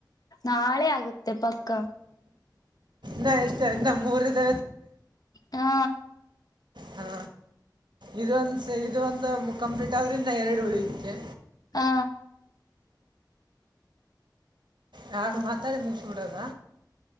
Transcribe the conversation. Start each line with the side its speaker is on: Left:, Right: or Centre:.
Left: ನಾಳೆ ಆಗುತ್ತೆ ಪಕ್ಕ
Right: ನಾ ಇಷ್ಟ ನಮ್ಮ್ ಊರಿದ
Left: ಹಾ
Right: ಹಾ ಇದೊಂದ ಇದ ಒಂದು ಕಂಪ್ಲೀಟ್ ಆದ್ರಿಂದ ಎರಡು ಹುಳಕ್ಕೆ
Left: ಹಾ
Right: ಯಾಡು ಮಾತಾಡಿ ಮುಗಿಸಿ ಬಿಡದ